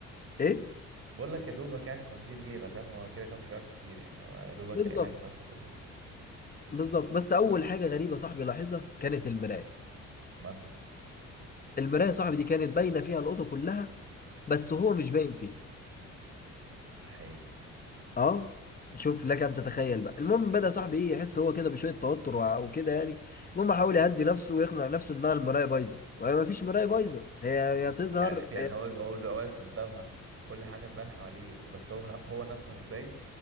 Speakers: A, on the left (about 30°); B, on the right (about 45°).
A: ايه
B: بقول لك يا دوبك يعني تقضي الليلة فاهم هو كده كده مش هيقعد كتير يعني هو يا دوبك
A: بالظبط
B: هينام بس
A: بالظبط بس اول حاجه غريبه صاحبي لاحظها كانت المرايه
B: ومالها
A: المرايه صاحبي دي كانت باينه فيها الاوضه كلها بس هو مش باين فيها
B: حقيقي
A: اه شوف لك ان تتخيل بقى المهم بدا صاحبي ايه يحس هو كده بشويه توتر وع- وكده يعني المهم حاول يهدي نفسه ويقنع نفسه انها المرايه بايظه وهي ما فيش مرايه بايظه هي هي تظهر
B: يعني يعني
A: هي-
B: هو بيبقى هو بيبقى واقف قدامها كل حاجة تبان حواليه بس هو من... هو نفسه مش باين